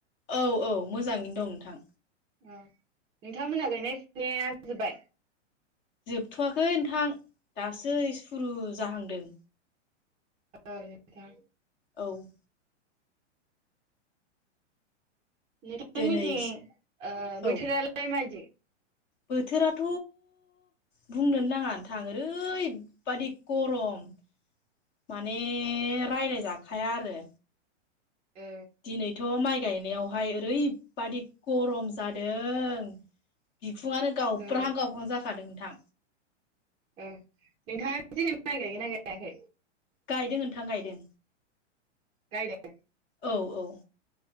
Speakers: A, on the left (about 30°); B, on the right (about 15°).
A: औ औ मोजाङैनो दं नोंथां
B: औ नोंथांमोनहा गायनाय फुनाया जोब्बाय
A: जोबथवाखै नोंथां दासो सुरु जाहांदों
B: ओं नोंथां
A: औ
B: नोंथां
A: दिनै
B: मोननिथिं ओ बैथोरालाय
A: औ
B: माबायदि
A: बोथोराथ बुंनोनो नाङा नोंथां ओरैबादि गरम माने रायलाय जाखाया आरो
B: औ
A: दिनैथ माय गायनायाव बेवहाय ओरैबादि गरम जादों बिखुङानो गावब्राहां
B: औ
A: गावब्राहां जाखादों नोंथां
B: ओं नोंथाङा दिनै माय गायगोना गायाखै
A: गायदों नोंथां गायदों
B: गायदों
A: औ औ